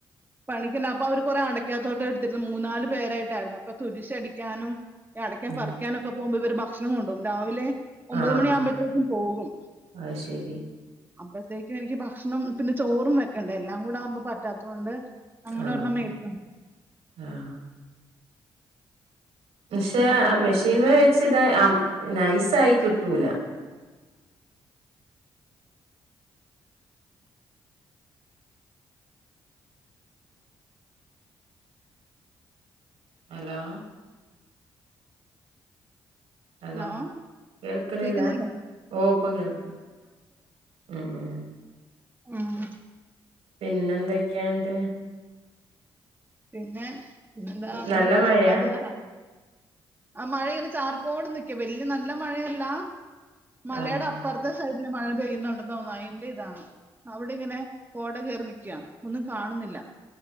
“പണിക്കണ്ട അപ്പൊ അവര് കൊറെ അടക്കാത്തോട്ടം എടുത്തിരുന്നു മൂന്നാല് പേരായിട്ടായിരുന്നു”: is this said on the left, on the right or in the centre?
Right